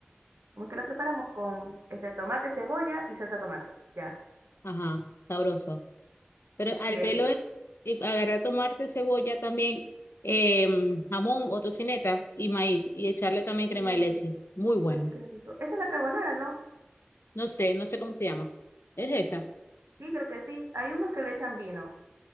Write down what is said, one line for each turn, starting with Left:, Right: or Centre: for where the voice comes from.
Right: ¿cómo es que la preparamos? Con este tomate, cebolla y salsa tomate. Ya,
Left: Ajá, sabroso. Pero al
Right: sí, es
Left: pelo,
Right: rico.
Left: eh, agarrar tomarte cebolla también, eh, jamón o tocineta y maíz y echarle también
Right: Mm,
Left: crema de leche. Muy bueno.
Right: ay, qué rico. Esa es la carbonara, ¿no?
Left: No sé, no sé cómo se llama. Es esa.
Right: Sí, creo que sí. Hay unos que le echan vino.